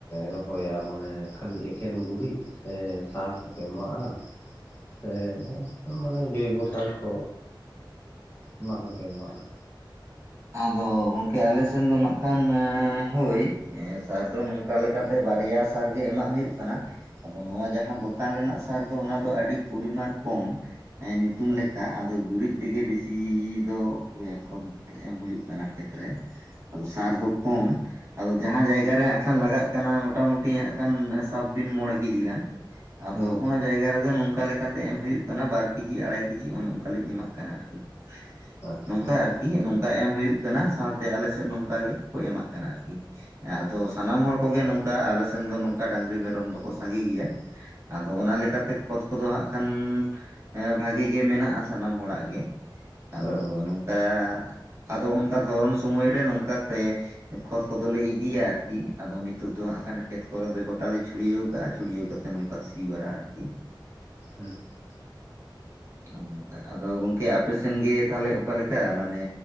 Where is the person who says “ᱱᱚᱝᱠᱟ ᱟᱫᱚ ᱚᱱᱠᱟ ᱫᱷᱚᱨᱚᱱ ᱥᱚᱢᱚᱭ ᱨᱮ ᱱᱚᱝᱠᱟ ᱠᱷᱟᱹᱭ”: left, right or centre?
Right